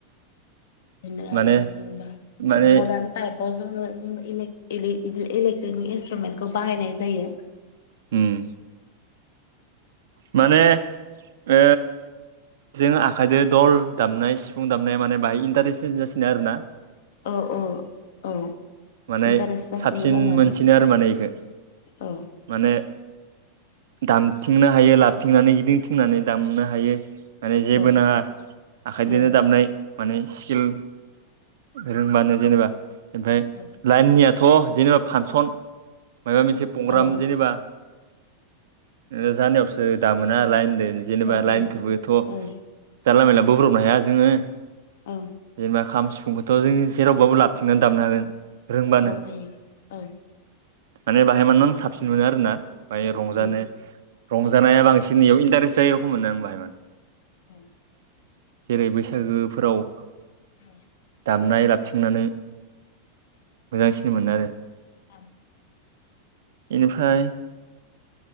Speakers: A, on the left; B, on the right.
A: बिदिनो आरो
B: माने
A: जेनबा
B: माने
A: ओ मर्दान टाइपाव जोङो इलेक-इलि इदि इलेकट्रिनिक इन्सट्रुमेन्टखौ बाहायनाय जायो।
B: उम। माने ओ जों आखाइदो दल दामनाय, सिफुं दामनाया माने बाहाय इन्टारेस्ट जासिनो आरो ना।
A: औ औ औ।
B: माने
A: इन्टारेस्ट जासिनो
B: साबसिन
A: जानायालाय
B: मोनसिनो आरो माने इखो
A: औ
B: माने दामथिंनो हायो लाबथिंनानै गिदिंथिंनानै दामनो हायो। माने
A: औ
B: जेबो नाङा आखाइदोनो
A: औ
B: दामनाय माने स्किल रोंबानो जेनेबा ओमफाय
A: औ
B: लाइननियाथ' जेनेबा फानसन मायबा मोनसे प्रग्राम
A: औ
B: जेनेबा ओ जानायावसो दामोना लाइनदो। जेनेबा
A: औ
B: लाइनखोबोथ'
A: औ औ
B: जानला-मोला बोब्रबनो हाया जोङो।
A: ओं।
B: जेनेबा खाम सिफुंखौथ' जों जेरावबाबो लाबथिंनानै दामनो हागोन रोंबानो।
A: औ हायो औ
B: माने बाहाय मान आं साबसिन मोनो आरोना बाय रंजानो
A: उम
B: रंजानाया बांसिन इयाव इन्टारेस्ट जायो रखम मोनो आं बाहाय माने।
A: औ।
B: जेरै बैसागोफोराव
A: औ।
B: दामनाय लाबथिंनानै मोजांसिन मोनो आरो।
A: औ।
B: इनिफाय